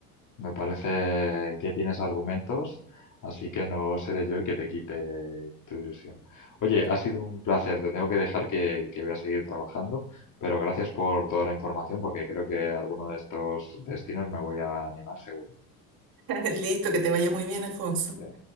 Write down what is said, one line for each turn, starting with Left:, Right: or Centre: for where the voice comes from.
Left: Me parece que tienes argumentos, así que no seré yo el que te quite tu ilusión. Oye, ha sido un placer. Te tengo que dejar que, que voy a seguir trabajando, pero gracias por toda la información porque creo que alguno de estos destinos me voy a animar seguro.
Right: <laughs> Listo, que te vaya muy bien, Alfonso.
Left: Ya